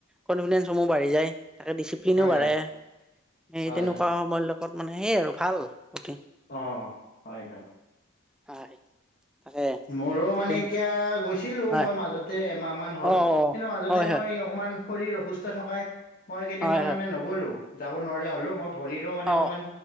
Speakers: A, in the centre; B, on the left (about 40°).
A: কনফিডেন্সসমূহ বাঢ়ি যায়। তাকে, পিনো
B: হয়
A: বাঢ়ে।
B: হয়
A: এই
B: হয়
A: তেনেকুৱা
B: হয়
A: সময় লগত মানে সেইয় আৰু ভাল গুটি।
B: অঁ হয় হয়।
A: হয় তাকে
B: মইও মানে
A: তুমি
B: এতিয়া গৈছিলো
A: হয়
B: মই মাজতে এমাহ মান হল।
A: অ
B: কিন্তু মাজতে
A: অ হয়
B: মই, অকমান শৰীৰ অসুস্থ থকাই মই কেইদিনমান
A: হয় হয় হয়
B: মানে নগলো যাব নোৱাৰা হ'লো মই ভৰিৰো মানে
A: অ
B: অকমান